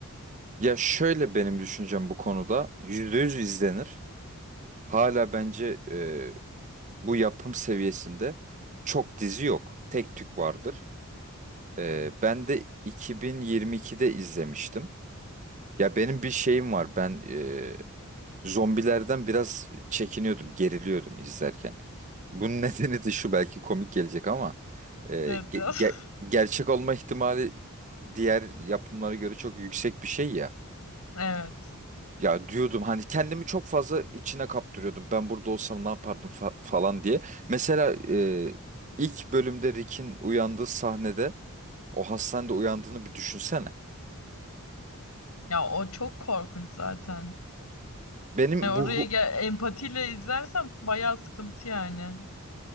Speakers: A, on the right (about 35°); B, on the left (about 85°).
A: Ya şöyle benim düşüncem bu konuda %100 izlenir. Hala bence e, bu yapım seviyesinde çok dizi yok. Tek tük vardır. E, ben de 2022'de izlemiştim. Ya benim bir şeyim var. Ben e, zombilerden biraz çekiniyordum, geriliyordum izlerken. Bunun <laughs> nedeni de şu belki komik gelecek ama e,
B: Evet
A: ge-
B: biraz.
A: ge-
B: <laughs>
A: gerçek olma ihtimali diğer yapımlara göre çok yüksek bir şey ya.
B: Evet.
A: Ya diyordum hani kendimi çok fazla içine kaptırıyordum. Ben burada olsam ne yapardım fa- falan diye. Mesela e, ilk bölümde Rick'in uyandığı sahnede o hastanede uyandığını bir düşünsene.
B: Ya o çok korkunç zaten.
A: Benim
B: Yani oraya
A: bu hu-
B: gel empatiyle izlersen bayağı sıkıntı yani.